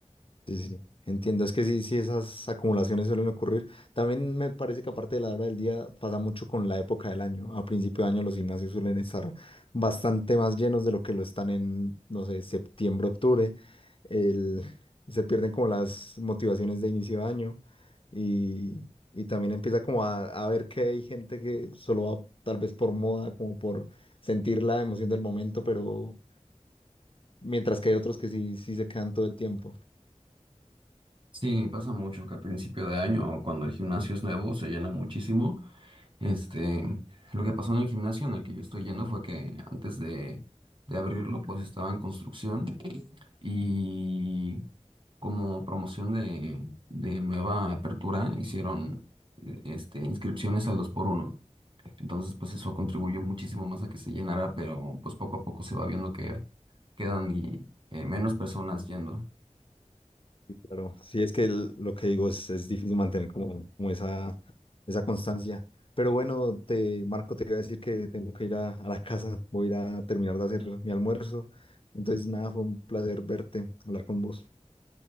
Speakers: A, on the left; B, on the right.
A: Sí, sí, entiendo. Es que sí, sí, esas acumulaciones suelen ocurrir. También me parece que aparte de la hora del día pasa mucho con la época del año. A principio de año los gimnasios suelen estar bastante más llenos de lo que lo están en, no sé, septiembre, octubre. El, se pierden como las motivaciones de inicio de año y, y también empieza como a, a ver que hay gente que solo va tal vez por moda, como por sentir la emoción del momento, pero mientras que hay otros que sí, sí se quedan todo el tiempo.
B: Sí, pasa mucho que a principio de año, cuando el gimnasio es nuevo, se llena muchísimo. Este, lo que pasó en el gimnasio en el que yo estoy yendo fue que antes de, de abrirlo, pues estaba en construcción y como promoción de, de nueva apertura, hicieron eh, este, inscripciones al dos por uno Entonces, pues eso contribuyó muchísimo más a que se llenara, pero pues poco a poco se va viendo que quedan y, eh, menos personas yendo.
A: Sí, Claro, sí, es que el- lo que digo es, es difícil mantener como, como esa, esa constancia. Pero bueno, te, Marco, te iba a decir que tengo que ir a, a la casa, voy a ir a terminar de hacer mi almuerzo. Entonces, nada, fue un placer verte, hablar con vos.